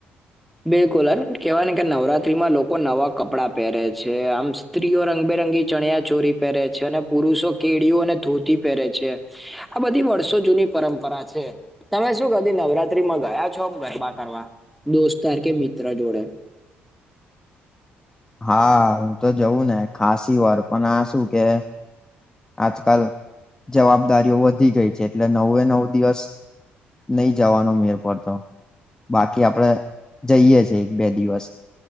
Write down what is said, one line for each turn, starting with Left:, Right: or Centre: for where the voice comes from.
Centre: બિલકુલ અ કેવાય ને કે નવરાત્રીમાં લોકો નવા કપડાં પહેરે છે આમ સ્ત્રીઓ રંગબેરંગી ચણિયા ચોરી પહેરે છે અને પુરુષો કેળીઓ અને ધોતી પહેરે છે આ બધી વર્ષો જૂની પરંપરા છે. તમે શું કદી નવરાત્રીમાં ગયા છો આમ ગરબા કરવા દોસ્તાર કે મિત્ર જોડે
Left: હા હું તો જઉં ને ખાાસી વાર પણ આ શું કે આજકાલ જવાબદારીઓ વધી ગઈ છે એટલે નવે નવ દિવસ નહી જવાનો મેર પડતો બાકી આપડે જઈએ છેએ એક બે દિવસ